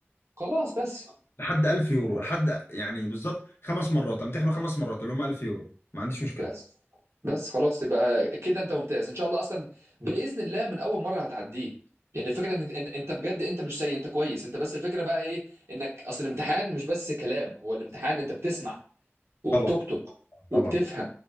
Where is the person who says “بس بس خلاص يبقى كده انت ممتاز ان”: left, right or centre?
Right